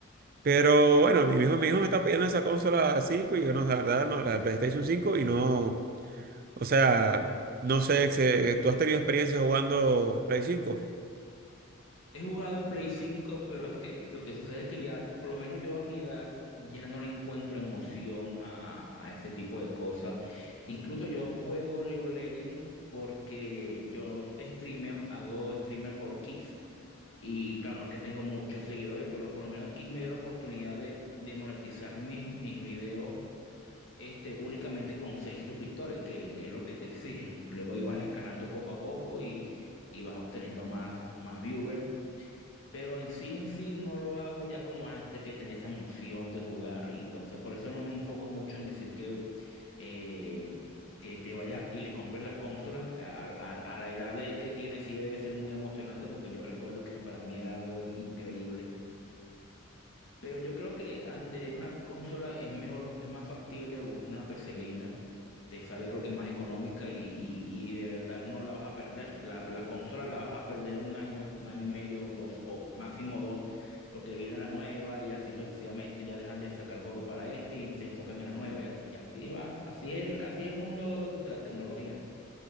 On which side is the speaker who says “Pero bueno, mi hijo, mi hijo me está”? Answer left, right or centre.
Right